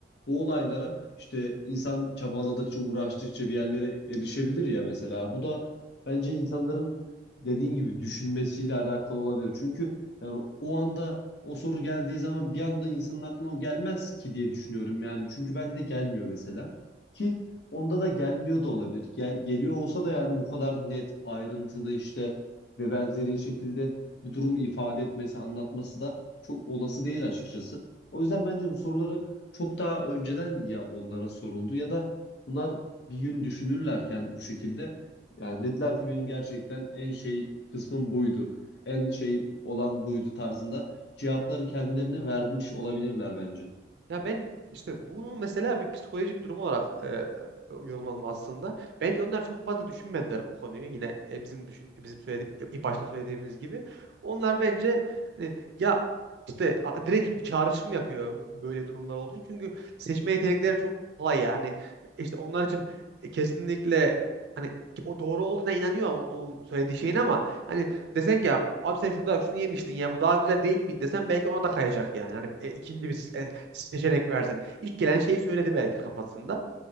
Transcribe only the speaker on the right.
Ya ben işte bunu mesela bir psikolojik durum olarak e, e, yorumladım aslında. Bence onlar çok fazla düşünmediler bu konuyu. Yine e, bizim düşün bizim söylediğim ilk başta söylediğimiz gibi. Onlar bence hani, ya işte a- direkt bir çağrışım yapıyor b- böyle durumlar olduğu için. Çünkü seçme yetenekleri çok kolay yani. İşte onlar için kesinlikle hani o doğru olduğuna inanıyor o- onun söylediği şeyin ama hani desen ki abi sen şurada şunu yemiştin ya bu daha güzel değil miydi desen belki ona da kayacak yani. Hani e, ikinci bir e, seçenek versin. İlk gelen şeyi söyledi belki kafasında.